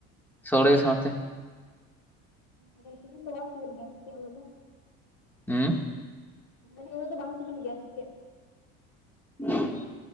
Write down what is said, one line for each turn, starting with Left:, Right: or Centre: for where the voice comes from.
Centre: ᱥᱚᱲᱮ ᱥᱟᱶᱛᱮ᱾
Left: <unintelligible> ᱥᱤᱵᱤᱞ ᱫᱚ ᱵᱟᱝ ᱥᱤᱵᱤᱞ ᱜᱮᱭᱟ ᱥᱮ ᱪᱮᱫ ᱤᱱᱟᱹ ᱫᱚ?
Centre: ᱦᱮᱸ?
Left: ᱢᱟᱱᱮ ᱩᱱᱟᱹᱜ ᱫᱚ ᱵᱟᱝ ᱥᱤᱱᱤᱞ ᱜᱮᱭᱟ ᱥᱮᱪᱮᱫ?
Centre: <inaudible>